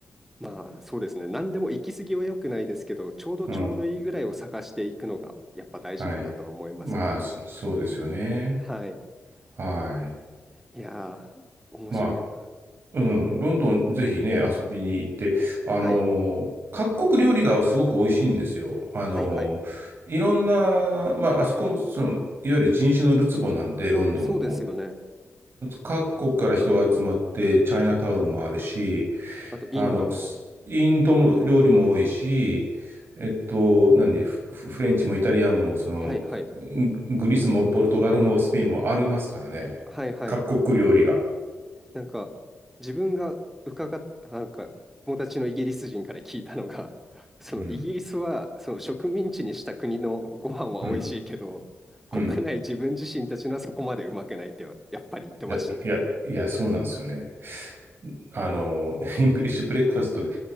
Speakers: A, in the centre; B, on the right.
A: まあそうですね。何でも行き過ぎは良くないですけど、ちょうどちょうどいいぐらいを探していくのがやっぱ大事かなとは思いますよね。
B: うん。はい。まあ、そそうですよね。
A: はい。
B: はい。
A: いやー、面白いな。
B: まあ、うん。ロンドン、ぜひね、遊びに行って、あの
A: はい。
B: ー各国料理がすごく美味しいんですよ。あのーいろんな、
A: はいはい。
B: まあ、あそこの、その、いわゆる人種のるつぼなんで、ロンドンも。
A: そうですよね。
B: 各国から人が集まって、チャイナタウンもあるし、
A: あとインドも。
B: あの、スインドも料理も多いし、えっと、何、フフレンチもイタリアンも、その、
A: はいはい。
B: ググリスもポルトガルもスペインもありますからね。
A: はいはい。
B: 各国料理が。
A: なんか自分が伺っ、なんか友達のイギリス人から聞いたのが、<laughs> そのイギリスはその植民地にした国のご飯は美味しいけど、
B: うん。うん。
A: 国内自分自身たちのはそこまでうまくないってはやっぱり言ってましたね。
B: うん。いや、いや、いや、そうなんですよね。あの、<laughs> イングリッシュブレックファストで、